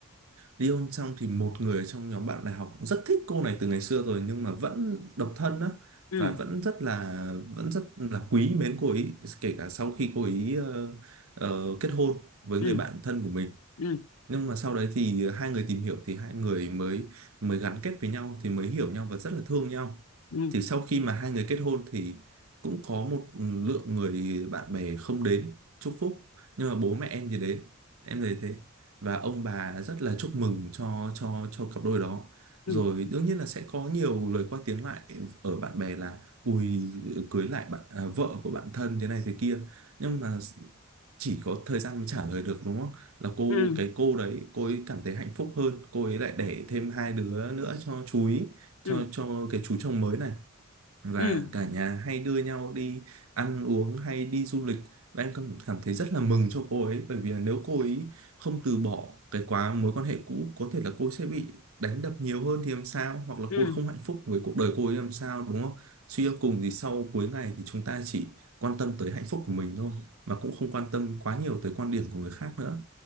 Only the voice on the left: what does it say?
ừ
ừ
ừ
ừ
ừ
ừ
ừ
ừ
ừ